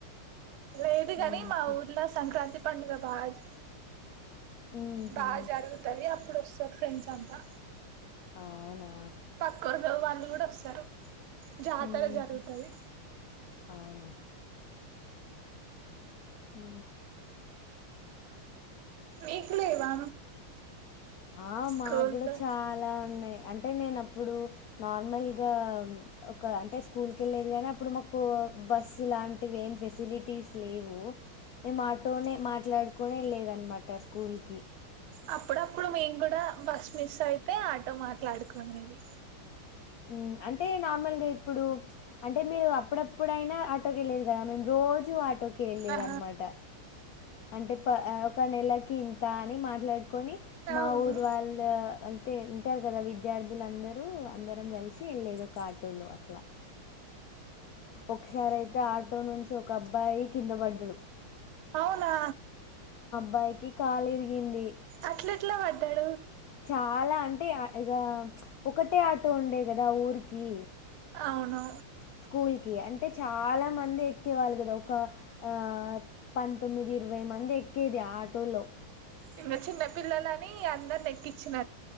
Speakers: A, on the right; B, on the left.
A: లేదు
B: హుహు.
A: గని మా ఊర్లో సంక్రాంతి పండుగ బాగ్
B: హుహు.
A: బాగ్ జరుగుతది అప్పుడొస్తారు ఫ్రెండ్స్ అంతా
B: ఆవునా
A: పక్క <unintelligible> వాళ్ళు కూడా వొస్తరు జాతర
B: హుహు.
A: జరుగుతది
B: అవునా! ఊ
A: మీకు లేవా
B: ఆ
A: స్కూల్లో
B: మా గూడా చాలా ఉన్నయి అంటే నేను అప్పుడు నార్మల్గా ఒక అంటే స్కూల్కెళ్ళేది గానీ అప్పుడు మాకు బస్సు లాంటివి ఏం ఫెసిలిటీస్ లేవు మేం ఆటోనే మాట్లాడుకోనేల్లేదన్మాట స్కూల్ కి
A: అప్పుడప్పుడు మేం గూడా బస్ మిస్ అయితే ఆటో మాట్లాడుకునేది
B: మ్ అంటే నార్మల్గా ఇప్పుడు అంటే మీరు అప్పుడప్పుడైనా ఆటోకెళ్లేది గదా మేం రోజు జూ ఆటోక్ కెళ్లేదన్మాట
A: ఆ
B: అంటే పా ఒక నెలకి ఇంతాని మాట్లాడు కొని మా
A: అవును
B: ఊరు వాళ్ళు అంటే ఉంటారు గదా విద్యార్థులందరు అందరం గల్సి ఎల్లేది ఒకాటోలో అట్లా ఒకసారైతే ఆటో నుంచి ఒక అబ్బాయి కింద వడ్డడు
A: అవునా
B: బాయికి కాలిరిగింది
A: అట్లేట్ల వడ్డడు
B: చాలా అంటే ఇగ ప్చ్ ఒకటే ఆటో ఉండే గదా ఊరికి
A: అవును
B: స్కూల్ కి అంటే చాలా మంది ఎక్కేవాళ్ళు గదా ఒక ఆ పంతొమ్మిది ఇరవై మంది ఎక్కేది ఆటోలో
A: ఇంగ చిన్న పిల్లలని అందర్నెక్కించిన